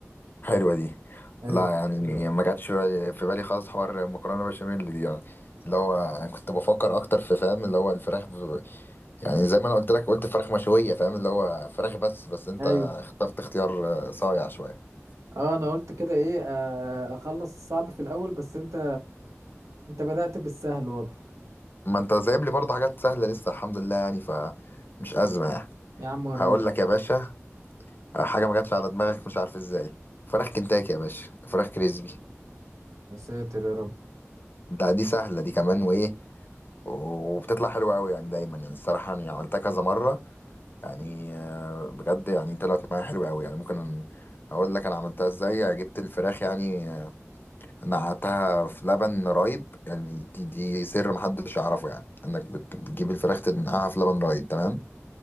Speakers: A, on the left; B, on the right.
A: حلوة دي
B: حلو
A: لا يعني ما جاتش في بالي في بالي خالص حوار مكرونة بشاميل دي يعني اللي هو انا كنت بفكر اكتر في فاهم اللي هو الفراخ ب... يعني زي ما انا قلت لك قلت فراخ مشوية فاهم اللي هو فراخ بس بس انت
B: ايوه
A: اخترت اختيار آه، صايع شوية
B: اه انا قلت كده ايه آه، اخلص الصعب في الاول بس انت انت بدأت بالسهل واضح
A: ما انت سايب لي برضه حاجات سهلة لسه الحمد لله يعني فمش أزمة يعني
B: يا عم وريني
A: هقول لك يا باشا حاجة ما جاتش على دماغك مش عارف ازاي فراخ كنتاكي يا باشا فراخ كريسبي
B: يا ساتر يا رب
A: ده دي سهلة دي كمان وايه وبتطلع حلوة قوي يعني دايما يعني الصراحة انا عملتها كذا مرة يعني آه، بجد يعني طلعت معايا حلوة قوي يعني ممكن اقول لك انا عملتها ازاي جبت الفراخ يعني آه، نقعتها في لبن رايب يعني دي, دي سر محدش يعرفه يعني انك بت- بتجيب الفراخ تنقعها في لبن رايب تمام